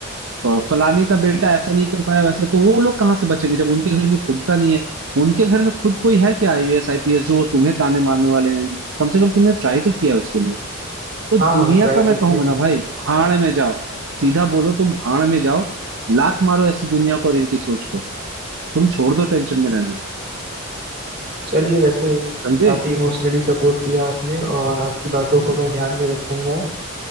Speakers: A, on the right; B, on the right.
A: फ- फलाने का बेटा ऐसा नहीं कर पाया वैसा तो वो लोग कहाँ से बचेंगे जब उनके घर में खुद का नहीं है उनके घर में खुद कोई है क्या आईएएस आईपीएस जो तुम्हें ताने मारने वाले हैं कम से कम तुमने ट्राई तो किया है उसके लिए तो
B: हाँ
A: दुनिया
B: हाँ ट्राई
A: का मैं
B: तो किया
A: कहूंगा
B: मैंने
A: ना भाई भाड़ में जाओ सीधा बोलो तुम भाड़ में जाओ लात मारो ऐसी दुनिया को और इनकी सोच को तुम छोड़ दो टेंशन में रहना
B: चलिए वैसे
A: समझे
B: काफी इमोशनली सपोर्ट किया आपने और आपकी बातों को मैं ध्यान में रखूंगा